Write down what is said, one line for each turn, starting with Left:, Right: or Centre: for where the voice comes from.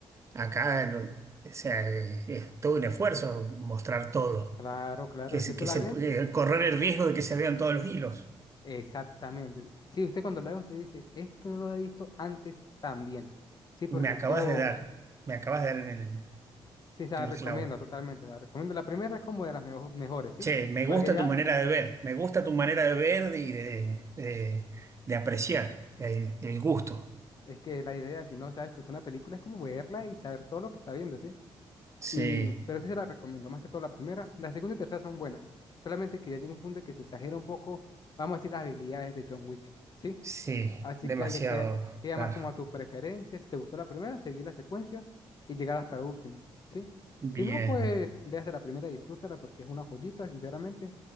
Right: acá lo- o sea, eh, es todo un esfuerzo mostrar todo.
Left: Claro, claro,
Right: Que,
Left: es
Right: se,
Left: que tú
Right: que
Left: la
Right: se-
Left: ves.
Right: eh, correr el riesgo de que se vean todos los hilos.
Left: Exactamente. Sí, usted cuando la ve, usted dice, esto no lo he visto antes también. Sí, porque
Right: Me acabas
Left: todo,
Right: de dar, me acabas de dar en el,
Left: sí, se la
Right: en
Left: recomiendo
Right: el clavo.
Left: totalmente, se la recomiendo. La primera es como de las mejo- mejores, ¿sí?
Right: Che, me
Left: Porque
Right: gusta
Left: ya
Right: tu manera de ver, me gusta tu manera de ver y de, de- de apreciar eh, el gusto.
Left: es que la idea, si no se disfrutar una película, es como verla y saber todo lo que está viendo, ¿sí?
Right: Sí.
Left: Y, pero sí se la recomiendo, más que todo la primera. La segunda y tercera son buenas. Solamente que ya llega un punto en que se exagera un poco, vamos a decir, las habilidades de John Wick, ¿sí?
Right: Sí,
Left: Así
Right: demasiado,
Left: que ahí ya queda, queda
Right: claro.
Left: más como a tu preferencia. Si te gustó la primera, seguir la secuencia y llegar hasta la última, ¿sí?
Right: Bien,
Left: Si no, pues véase la primera y disfrútala porque es una joyita, sinceramente.